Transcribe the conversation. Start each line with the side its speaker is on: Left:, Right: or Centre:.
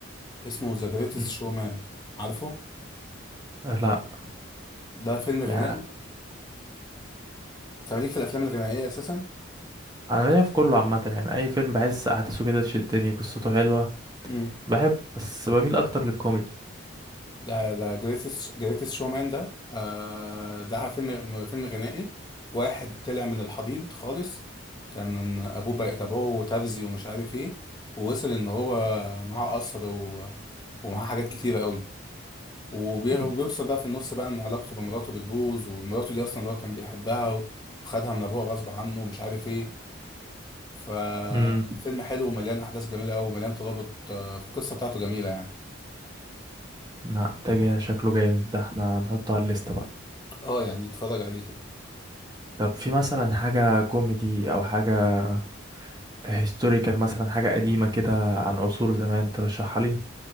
Left: اسمه ذا جريتست
Right: مم.
Left: شومان عارفه
Right: آه، لا
Left: ده فيلم غنائي
Right: يعني
Left: انت ليك في الافلام الغنائيه اساسا
Right: انا ليا في كله عامة يعني اي فيلم بحس احداثه كده تشدني قصته حلوة
Left: امم
Right: بحب بس بميل اكتر للكوميدي
Left: ده ده جريتست جريتست شومان ده آه ده فيلم فيلم غنائي واحد طلع من الحضيض خالص كان ابوه بقى ابوه ترزي ومش عارف ايه ووصل ان هو معاه قصر و... ومعاه حاجات كتيره قوي وبي-
Right: مم.
Left: وبيوصل بقى في النص بقى ان علاقته بمراته بتبوظ ومراته دي اصلا اللي هو كان بيحبها وخدها من ابوها غصب عنه ومش عارف ايه ففيلم
Right: امم
Left: حلو ومليان احداث جميله قوي ومليان ترابط آه، في القصه بتاعته جميله يعني
Right: لا ده جا- شكله جامد ده احنا هنحطه على الليستة بقى
Left: اه يعني اتفرج عليه كده
Right: طب في مثلا حاجة كوميدي او حاجة هيستوريكال مثلا حاجة قديمة كده عن عصور زمان ترشحها لي